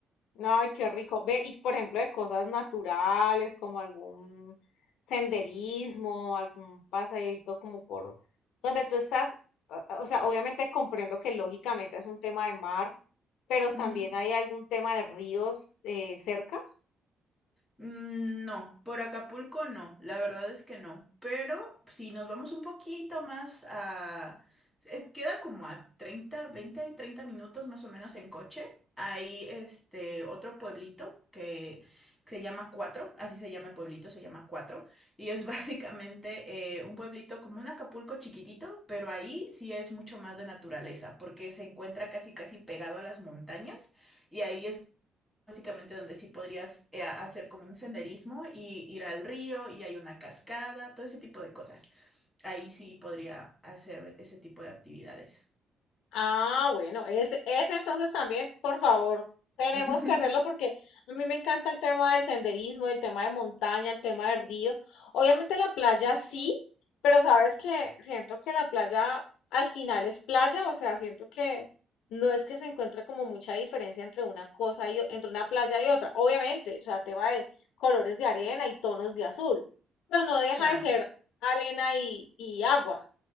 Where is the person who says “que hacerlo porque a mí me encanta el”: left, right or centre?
Left